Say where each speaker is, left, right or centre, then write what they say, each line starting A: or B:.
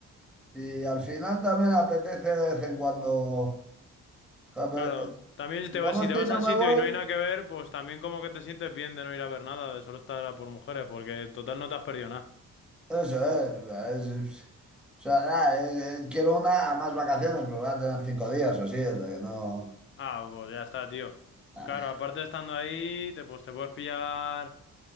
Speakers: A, in the centre; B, on the left.
A: Y al final también apetece de vez en cuando. Joder,
B: claro.
A: pero, eh,
B: También si te vas,
A: Donosti
B: si te vas
A: no
B: al
A: me
B: sitio
A: voy.
B: y no hay nada que ver, pues también como que te sientes bien de no ir a ver nada, de solo estar a por mujeres, porque total no te has perdido nada.
A: Eso es. O sea, es- es- o sea, nada, es- es- quiero una a más vacaciones, pero voy a tener cinco días o sí, o sea que no.
B: Ah, pues ya está, tío.
A: ah.
B: Claro, aparte estando ahí, te, pues te puedes pillar...